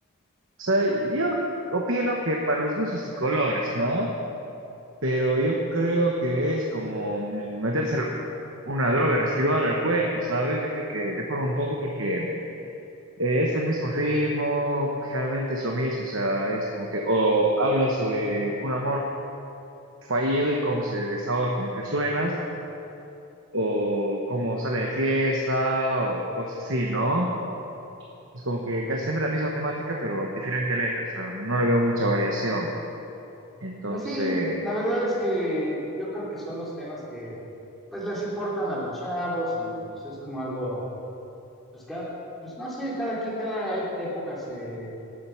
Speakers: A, on the right; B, in the centre.
A: sea, yo opino que para los gustos y colores, ¿no? Pero yo creo que es como meterse una droga residual al cuerpo, ¿sabes? Yo creo que deforma un poco porque eh, es el mismo ritmo, generalmente es lo mismo, o sea, es como que, o habla sobre un amor fallido y cómo se desahoga con mujerzuelas o cómo sale de fiesta, o cosas así, ¿no? Es como que casi siempre la misma temática, pero diferente letra, o sea, no le veo mucha variación. Entonces,
B: Pues sí, la verdad es que yo creo que son los temas que pues les importan a los chavos y pues es como algo, pues cada, pues no sé, cada aquí, cada e- época se,